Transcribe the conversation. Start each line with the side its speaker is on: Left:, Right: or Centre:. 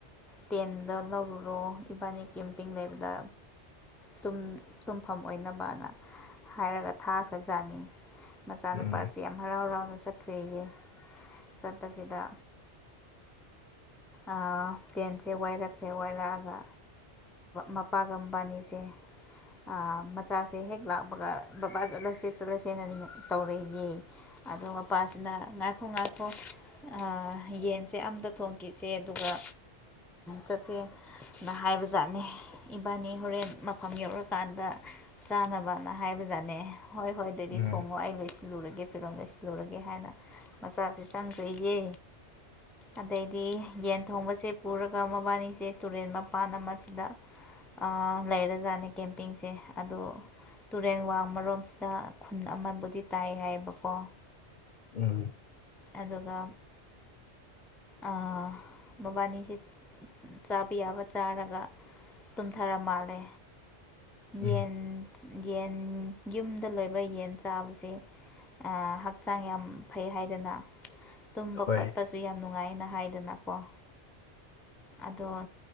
Centre: ꯇꯦꯟꯗꫭ ꯂꯧꯔꯨꯔꯣ ꯏꯕꯥꯅꯤ ꯀꯦꯝꯄꯤꯡ ꯂꯩꯕꯗ ꯇꯨꯝ ꯇꯨꯝꯐꯝ ꯑꯣꯏꯅꯕꯅ ꯍꯥꯏꯔꯒ ꯊꯥꯈ꯭ꯔꯕꯖꯥꯠꯅꯤ ꯃꯆꯥꯅꯨꯄꯥꯁꯤ
Left: ꯎꯝ
Centre: ꯌꯥꯝ ꯍꯔꯥꯎ ꯍꯔꯥꯎꯅ ꯆꯠꯈ꯭ꯔꯦꯌꯦ ꯆꯠꯄꯁꯤꯗ ꯑ ꯇꯦꯟꯁꯦ ꯋꯥꯏꯔꯛꯈ꯭ꯔꯦ ꯋꯥꯏꯔꯛꯑꯒ ꯃꯄꯥꯒ ꯃꯕꯥꯏꯅꯤꯁꯦ ꯑ ꯃꯆꯥꯁꯦ ꯍꯦꯛ ꯂꯥꯛꯄꯒ ꯕꯕꯥ ꯆꯠꯂꯁꯦ ꯆꯠꯂꯁꯦꯅ ꯇꯧꯔꯦꯌꯦ ꯑꯗꯨ ꯃꯄꯥꯁꯤꯅ ꯉꯥꯏꯈꫭ ꯉꯥꯏꯈꫭ ꯑ ꯌꯦꯟꯁꯦ ꯑꯝꯇ ꯊꯣꯡꯈꯤꯁꯦ ꯑꯗꯨꯒ ꯆꯠꯁꯦ ꯅ ꯍꯥꯏꯕ ꯖꯥꯠꯅꯤ ꯏꯕꯥꯏꯅꯤ ꯍꯣꯔꯦꯟ ꯃꯐꯝ ꯌꯧꯔꯀꯥꯟꯗ ꯆꯥꯅꯕꯅ ꯍꯥꯏꯕꯖꯥꯠꯅꯦ ꯍꯣꯏ ꯍꯣꯏ ꯑꯗꯨꯗꯤ
Left: ꯎꯝ
Centre: ꯊꯣꯡꯉꯣ ꯑꯩ ꯂꯣꯏꯁꯤ ꯂꯨꯔꯒꯦ ꯐꯤꯔꯣꯟ ꯂꯩꯁꯜꯂꯨꯔꯒꯦ ꯍꯥꯏꯅ ꯃꯆꯥꯁꯤ ꯆꯪꯈ꯭ꯔꯦꯌꯦ ꯑꯗꯩꯗꯤ ꯌꯦꯟ ꯊꯣꯡꯕꯁꯦ ꯄꯨꯔꯒ ꯃꯕꯥꯅꯤꯁꯦ ꯇꯨꯔꯦꯟ ꯃꯄꯥꯟ ꯑꯃꯁꯤꯗ ꯑ ꯂꯩꯔꯖꯥꯠꯅꯦ ꯀꯦꯝꯄꯤꯡꯁꯦ ꯑꯗꫭ ꯇꯨꯔꯦꯟ ꯋꯥꯡꯔꫭꯝꯁꯤꯗ ꯈꯨꯟ ꯑꯃꯕꯨꯗꯤ ꯇꯥꯏ ꯍꯥꯏꯌꯦꯕꯀꯣ
Left: ꯎꯝ
Centre: ꯑꯗꯨꯒ ꯑꯥ ꯃꯕꯥꯅꯤꯁꯦ ꯆꯥꯕ ꯌꯥꯕ ꯆꯥꯔꯒ ꯇꯨꯝꯊꯔ ꯃꯥꯜꯂꯦ
Left: ꯎꯝ
Centre: ꯌꯦꯟ ꯌꯦꯟ ꯌꯨꯝꯗ ꯂꯣꯏꯕ ꯌꯦꯟ ꯆꯥꯕꯁꯦ ꯑ ꯍꯛꯆꯥꯡ ꯌꯥꯝ ꯐꯩ ꯍꯥꯏꯗꯅ ꯇꯨꯝꯕ
Left: ꯍꯣꯏ
Centre: ꯈꯣꯠꯄꯁꯨ ꯗꯨ ꯌꯥꯝ ꯅꯨꯡꯉꯥꯏꯅ ꯍꯥꯏꯗꯅꯀꫭ ꯑꯗꯣ